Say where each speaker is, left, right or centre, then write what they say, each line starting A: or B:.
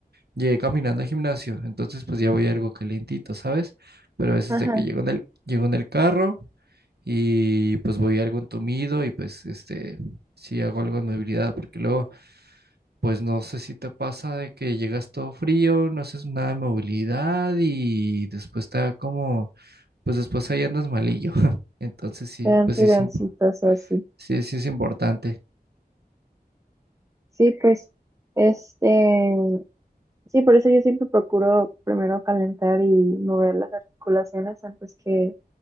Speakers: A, on the right (about 80°); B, on the right (about 20°).
A: llegué caminando al gimnasio, entonces pues ya voy algo calientito, ¿sabes? Pero a veces
B: ajá.
A: de que llego en el, llego en el carro y pues voy algo entumido y pues este, sí hago algo de movilidad, porque luego pues no sé si te pasa de que llegas todo frío, no haces nada de movilidad y después te da como pues después ahí andas malillo. <laughs> Entonces sí,
B: Te dan
A: pues
B: tironcitos
A: sí, es imp-
B: o así.
A: sí, sí es importante.
B: Sí, pues, este, sí, por eso yo siempre procuro primero calentar y mover las articulaciones antes que